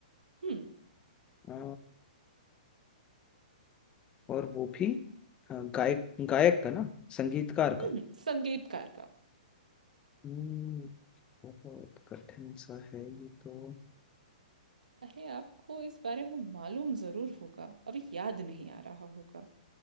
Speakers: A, on the right; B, on the left.
A: हम्म
B: आ, और वो भी आ, गायक गायक का ना संगीतकार
A: हम्म,
B: का
A: संगीतकार का
B: हम्म, बहुत कठिन सा है ये तो
A: अरे आपको इस बारे में मालूम जरूर होगा अभी याद नहीं आ रहा होगा